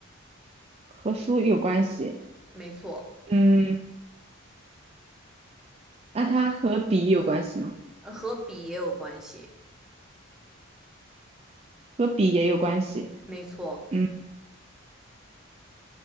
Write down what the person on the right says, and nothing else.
和书有关系。
嗯，那它和笔有关系吗？
和笔也有关系。
嗯，